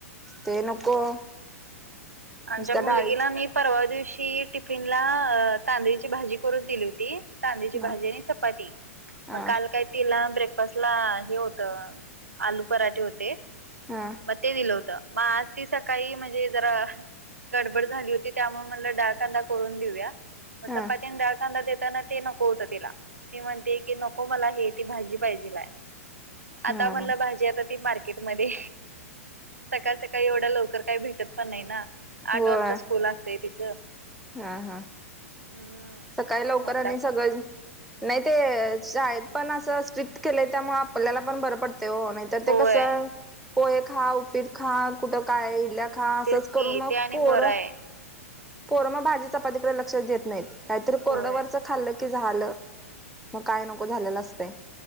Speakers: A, in the centre; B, on the right.
A: ते नको.
B: आमच्या
A: नुसत्या
B: मुलगीला
A: डाळीच
B: मी परवा दिवशी टि- -फीनला तांदळीची भाजी करून दिली होती. तांदळीची भाजी
A: हा
B: आणि चपाती
A: हा
B: मग काल काय तिला ब्रेक- -फास्टला हे होत आलू पराठे होते.
A: हा
B: मग ते दिलं होतं. मग आज ती सकाळी म्हणजे जरा गडबड झाली होती त्यामुळे मला डा- -ळ कांदा करून देऊया मग
A: हा
B: चपातीने डाळ कांदा देताना ते न- -को होत तिला ती म्हणते की नको मला हे ती भाजी पाहिजे लाय
A: हा
B: आता म्हणलं भाजी आता ती मार्केटमध्ये सकाळ सकाळी एवढा लवकर काही भेटत पण नाही ना आठ
A: होय
B: वाजता स्कूल असतय तिचं
A: हा हा.
B: हम्म
A: सकाळी लवकर
B: म्हणला
A: आणि सगळ नाही ते शाळेत पण असं स्ट्रिक्ट केलं त्यामुळे आपल्याला पण बरं पडत ते नाही तर
B: होय
A: ते कस पोहे खा उपीट खा कुठं काय इडल्या खा असच
B: तेच की
A: करून मग
B: ते आणि
A: पोर
B: बरं आहे
A: पोर मग भाजी चपातीकडे लक्षचं देत नाहीत. काहीतरी कोरडं
B: होय
A: वरचं खाल्ल की झालं. मग काय नको झालेलं असतय.